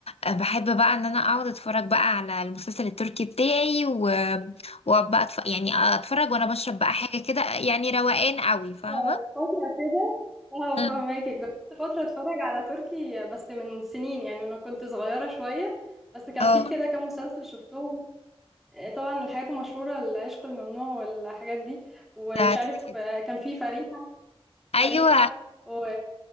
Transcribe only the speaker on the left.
آه، بحب بقى ان انا اقعد اتفرج بقى على المسلسل التركي بتاعي و... وبقى أتف... يعني اتفرج وانا بشرب بقى حاجة كده يعني روقان قوي فاهمة
مم.
اه
ده
كده كده
ايوه